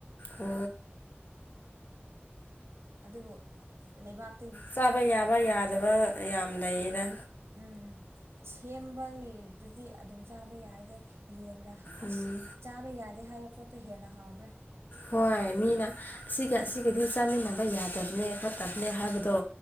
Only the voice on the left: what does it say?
ꯎ
ꯆꯥꯕ ꯌꯥꯕ ꯌꯥꯗꯕ ꯌꯥꯝ ꯂꯩꯌꯦꯅ
ꯎꯝ
ꯍꯣꯏ ꯃꯤꯅ ꯑꯁꯤꯒ ꯑꯁꯤꯒꯗꯤ ꯆꯥꯃꯤꯟꯅꯕ ꯌꯥꯗꯕꯅꯦ ꯈꯣꯠꯇꯕꯅꯦ ꯍꯥꯏꯕꯗꯣ